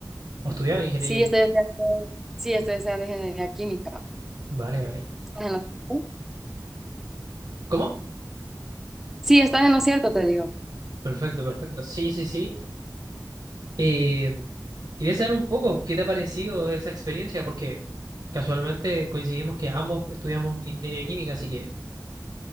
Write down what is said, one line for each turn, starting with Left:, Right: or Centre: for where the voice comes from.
Right: o estudiaba ingeniería
Centre: Sí,
Right: química.
Centre: estoy deseando, sí, estoy estudiando ingeniería química.
Right: Vale, vale.
Centre: ¿Estás en lo cierto?
Right: ¿Cómo?
Centre: Sí, estás en lo cierto, te digo.
Right: Perfecto, perfecto. Sí, sí, sí. Eh, quería saber un poco qué te ha parecido esa experiencia, porque casualmente coincidimos que ambos estudiamos ingeniería química, así que